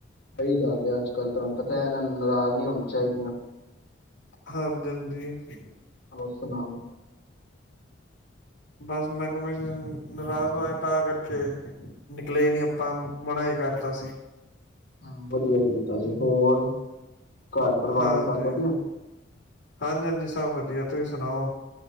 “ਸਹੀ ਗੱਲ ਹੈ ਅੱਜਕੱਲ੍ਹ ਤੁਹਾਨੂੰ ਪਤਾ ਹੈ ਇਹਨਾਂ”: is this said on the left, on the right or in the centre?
Left